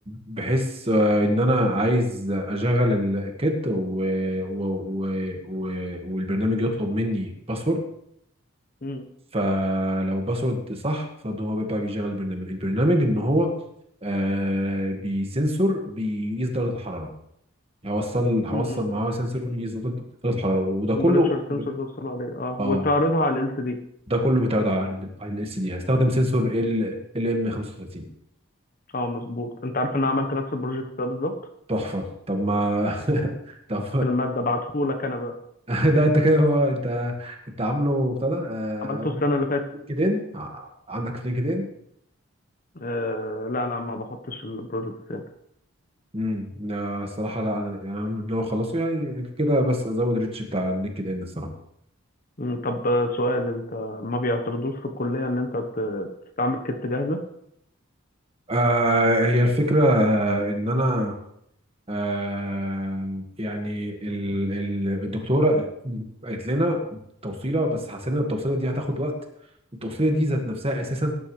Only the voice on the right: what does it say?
بحيث آه، ان انا عايز اشغل الكت و... و... و... و... والبرنامج يطلب مني باسورد
فلو باسورد صح فان هو بيبقى بيشغل البرنامج البرنامج ان هو آه بسنسور بيقيس درجة الحرارة هوصل هوصل
معاه سنسور يقيس درجة الحرارة وده كله
ب...
اه
ده كله بيتعرض على ال اس دي هستخدم سنسور ال ام 35
تحفة طب ما <laughs> طب
<laughs> لا انت كده هو انت انت عامله ابتدى آه
لينكدين ع- عندك في لينكدين
امم لا، الصراحه لا انا يعني أنا من هو خلصه يعني كده بس ازود ريتش بتاع لينكدين الصراحه
آه هي الفكره آه، ان انا آه يعني ال ال الدكتوره قالت لنا توصيله بس حسينا ان التوصيله دي هتاخد وقت التوصيله دي ذات نفسها اساسا